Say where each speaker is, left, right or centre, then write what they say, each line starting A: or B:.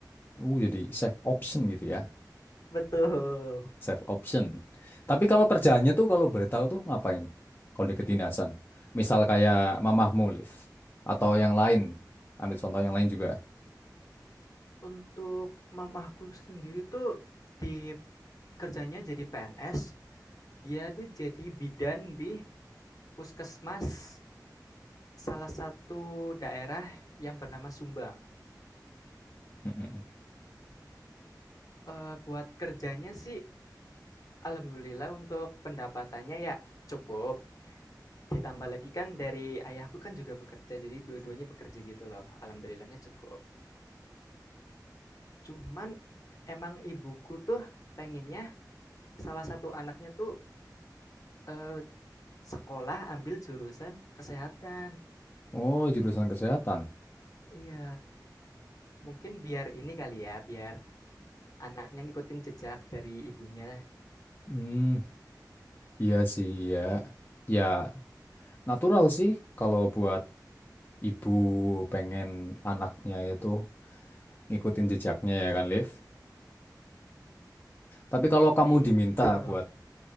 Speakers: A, on the left; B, on the left.
A: uh jadi safe option gitu ya
B: Betul.
A: safe option tapi kalau kerjaannya tuh kalau boleh tahu tuh ngapain kalau di kedinasan misal kayak mamah mulif atau yang lain ambil contoh yang
B: Mmm,
A: lain juga
B: untuk mamaku sendiri tuh di kerjanya jadi PNS, dia tuh jadi bidan di puskesmas salah satu daerah yang bernama Sumbang.
A: Mm-mm.
B: Eee, buat kerjanya sih alhamdulillah untuk pendapatannya ya cukup, Ditambah lagi kan dari ayahku kan juga bekerja, jadi dua-duanya bekerja gitu loh, alhamdulillahnya cukup. Cuman emang ibuku tuh pengennya salah satu anaknya tuh, eee, sekolah ambil jurusan kesehatan.
A: oh jurusan kesehatan
B: Iya, mungkin biar ini kali ya, biar anaknya ngikutin jejak dari ibunya.
A: Hmm, Iya sih, iya. Ya, natural sih kalau buat ibu pengen anaknya itu ngikutin jejaknya ya kan, Liv. Tapi kalau kamu
B: Iya,
A: diminta
B: <laughs> betul.
A: buat,